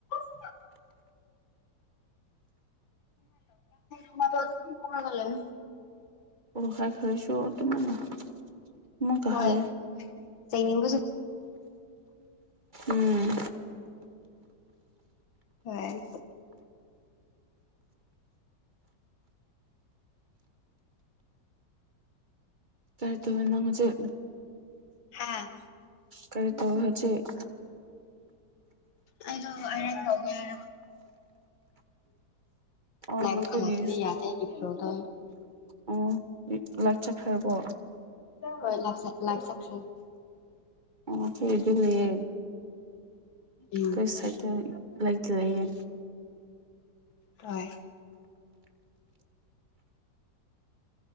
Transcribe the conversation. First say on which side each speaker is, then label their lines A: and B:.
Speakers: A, on the left; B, on the right.
A: <inaudible> <inaudible> ꯇꯧꯔꯒ ꯂꯩꯌꯨ
B: ꯍꯣꯏ <inaudible> ꯍꯥꯏꯈ꯭ꯔꯁꯨ ꯑꯗꯨꯝ ꯑꯃꯨꯛꯀ
A: ꯍꯣꯏ
B: ꯍꯥꯏꯌꯦ
A: ꯆꯩꯅꯤꯡꯕꯁꯨ
B: ꯎꯝ
A: ꯍꯣꯢ
B: ꯀꯔꯤ ꯇꯧꯔꯤꯅꯣ ꯅꯪ ꯍꯧꯖꯤꯛ
A: ꯍꯥꯥ
B: ꯀꯔꯤ ꯇꯧꯋꯦ ꯍꯧꯖꯤꯛ
A: ꯑꯩꯗꯣ ꯑꯔꯦꯟ ꯇꯧꯒꯦ ꯍꯥꯏ
B: ꯑꯣ
A: <inaudible> ꯂꯥꯏꯝ
B: ꯅꯈꯣꯏꯒꯤ
A: ꯀꯂꯗ ꯌꯥꯗꯦ ꯏꯕ꯭ꯔꯣ ꯑꯗꯨ <inaudible>
B: ꯑꯣ ꯍꯤꯞꯂꯒ ꯆꯠꯈ꯭ꯔꯕꯣ
A: ꯍ ꯂ ꯂꯥꯏ ꯁꯛꯁꯟ <inaudible>
B: ꯑꯣ ꯑꯈꯣꯏꯒꯤꯗꯤ ꯂꯩꯌꯦ ꯑꯩꯈꯣꯏ
A: ꯎꯝ
B: ꯁꯥꯏꯠꯇ ꯂꯩꯇ ꯂꯩꯌꯦ
A: ꯍꯣꯏ